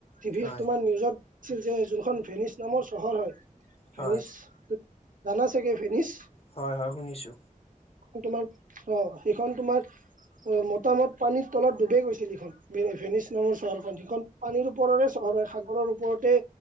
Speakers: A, on the right; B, on the left.
A: টিভিত
B: হয়
A: তোমাৰ নিউজত ছিল যে যোনখন ভেনিছ নামৰ চহৰ হয়
B: হয়
A: ভেনিছ জানা চাগে ভেনিছ।
B: হয়, হয়, শুনিছো।
A: তোমাৰ অ' সেইখন তোমাৰ অ' মতামত পানীৰ তলত ডুবে গৈছিল এইখন। ফেনিচ নামৰ নম্বৰ চহৰ সিখন পানীৰ ওপৰৰে চহৰ সাগৰৰ ওপৰতে